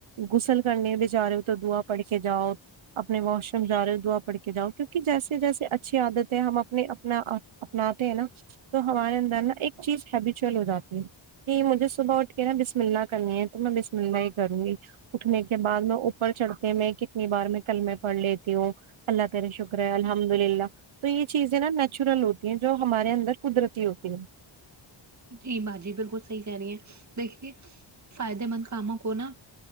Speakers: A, on the right; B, on the right.
A: غسل کرنے بیچارے ہو تو دعا پڑھ کے جاؤ اپنے واش روم جا رہے ہو دعا پڑھ کے جاؤ کیونکہ جیسے جیسے اچھی عادتیں ہم اپنے اپنا اپناتے ہیں نا تو ہمارے اندر نا ایک چیز ہیبیچل ہو جاتی ہے کہ مجھے صبح اٹھ کے نا بسم اللہ کرنی ہے تو میں بسم اللہ ہی کروں گی اٹھنے کے بعد میں اوپر چڑھتے میں کتنی بار میں کلمے پڑ لیتی ہوں اللہ تیرے شکر ہے الحمد للہ تو یہ چیزیں نا نیچورل ہوتی ہیں جو ہمارے اندر قدرتی ہوتی ہیں
B: جی باجی بالکل صحیح کہہ رہی ہیں دیکھیے فائدے مند کاموں کو نا